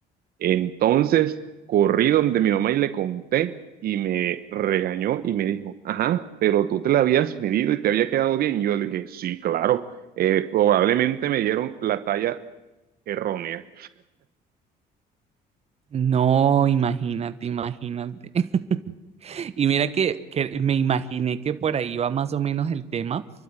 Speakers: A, on the right; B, on the right.
A: Entonces corrí donde mi mamá y le conté y me regañó y me dijo, ajá, pero tú te la habías medido y te había quedado bien. Y yo le dije, sí, claro, eh, probablemente me dieron la talla errónea.
B: No, imagínate, imagínate. <laughs> Y mira que, que me imaginé que por ahí va más o menos el tema,